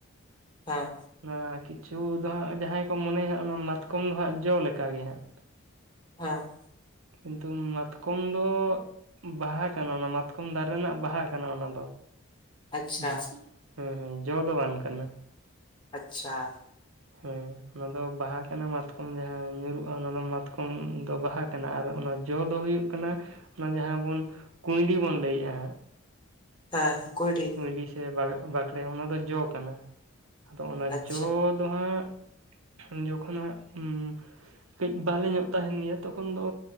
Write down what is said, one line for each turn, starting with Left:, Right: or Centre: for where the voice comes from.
Right: <inaudible>
Left: ᱦᱮᱸ
Right: ᱚᱱᱟ ᱠᱤ ᱪᱷᱩ ᱫᱚ ᱦᱟᱸᱜ ᱡᱟᱦᱟᱸᱭ ᱠᱚ ᱢᱚᱱᱮᱭᱟ ᱦᱟᱸᱜ ᱚᱱᱟ ᱢᱟᱛᱠᱚᱢ ᱫᱚ ᱦᱟᱸᱜ ᱡᱚ ᱞᱮᱠᱟ ᱜᱮ ᱦᱟᱸᱜ ᱾
Left: ᱦᱮᱸ ᱾
Right: ᱠᱤᱱᱛᱩ ᱢᱟᱛᱠᱚᱢ ᱫᱚ ᱵᱟᱦᱟ ᱠᱟᱱᱟ ᱚᱱᱟ ᱢᱟᱛᱠᱚᱢ ᱫᱟᱨᱮ ᱨᱮᱱᱟᱜ ᱵᱟᱦᱟ ᱠᱟᱱᱟ ᱚᱱᱟ ᱫᱚ ᱾
Left: ᱟᱪᱪᱷᱟ
Right: ᱦᱮᱸ ᱾ ᱦᱮᱸ ᱦᱮᱸ ᱡᱚ ᱫᱚ ᱵᱟᱝ ᱠᱟᱱᱟ ᱾
Left: ᱟᱪᱪᱷᱟ ᱾
Right: ᱦᱮᱸ ᱚᱱᱟ ᱫᱚ ᱵᱟᱦᱟ ᱠᱟᱱᱟ ᱢᱟᱛᱠᱚᱢ ᱡᱟᱦᱟᱸ ᱧᱩᱨᱩᱜᱼᱟ ᱚᱱᱟ ᱫᱚ ᱢᱟᱛᱠᱚᱢ ᱫᱚ ᱵᱟᱦᱟ ᱠᱟᱱᱟ ᱟᱨ ᱚᱱᱟ ᱡᱚ ᱫᱚ ᱦᱩᱭᱩᱜ ᱠᱟᱱᱟ ᱚᱱᱟ ᱡᱟᱦᱟᱸ ᱵᱚᱱ ᱠᱩᱸᱭᱰᱤ ᱵᱚᱱ ᱞᱟᱹᱭᱮᱜᱼᱟ ᱾
Left: ᱦᱮᱸ ᱦᱮᱸ ᱠᱩᱸᱭᱰᱤ ᱾
Right: ᱠᱩᱸᱭᱰᱤ ᱥᱮ ᱵᱟ-ᱵᱟᱸᱠᱲᱮ ᱚᱱᱟ ᱫᱚ ᱡᱚ ᱠᱟᱱᱟ ᱾ <inaudible> ᱟᱫᱚ ᱚᱱᱟ
Left: ᱟᱪᱪᱷᱟ
Right: ᱡᱚ ᱫᱚ ᱦᱟᱸᱜ ᱡᱚᱠᱷᱚᱱ ᱦᱟᱜ ᱩᱸ ᱠᱟᱹᱡ ᱵᱟᱞᱮ ᱧᱚᱜ ᱛᱟᱦᱮᱱ ᱜᱮᱭᱟ ᱛᱚᱠᱷᱚᱱ ᱫᱚ